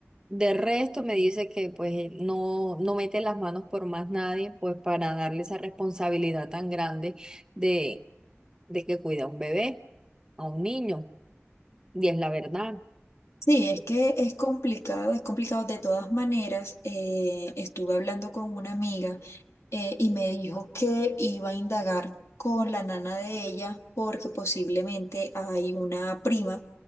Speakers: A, on the right; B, on the left.
A: De resto me dice que pues eh, no, no mete las manos por más nadie, pues para darle esa responsabilidad tan grande de, de que cuida a un bebé, a un niño, y es la verdad.
B: Sí, es que es complicado, es complicado de todas maneras. eh, estuve hablando con una amiga eh, y me dijo que iba a indagar con la nana de ella porque posiblemente hay una prima